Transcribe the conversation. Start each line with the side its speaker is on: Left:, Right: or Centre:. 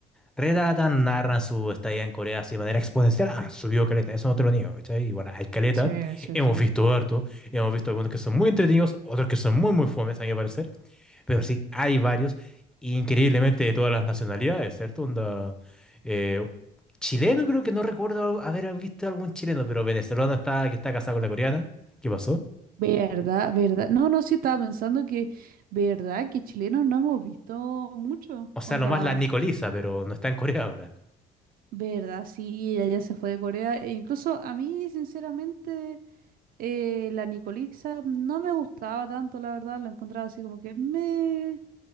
Centre: relatan, narran su estadía en Corea así de manera exponencial. Han subido caleta, eso no te lo niego, ¿cachai? Igual hay caleta,
Right: Sí, sí,
Centre: hemos
Right: sí.
Centre: visto harto, hemos visto algunos que son muy entretenidos, otros que son muy, muy fomes, a mi parecer. Pero sí, hay varios, increíblemente de todas las nacionalidades, ¿cierto? Onda, eh, chileno creo que no recuerdo haber visto algún chileno, pero venezolano está, que está casado con la coreana. ¿Qué pasó?
Right: ¿Verdad? ¿Verdad? No, no, sí estaba pensando que, ¿verdad? Que chilenos no hemos visto mucho.
Centre: O sea,
Right: Onda,
Centre: nomás la Nicoliza, pero no está en Corea ahora.
Right: ¿verdad? Sí, ella ya se fue de Corea. E incluso a mí, sinceramente, eh, la Nicolisa no me gustaba tanto, la verdad. La encontraba así como que me...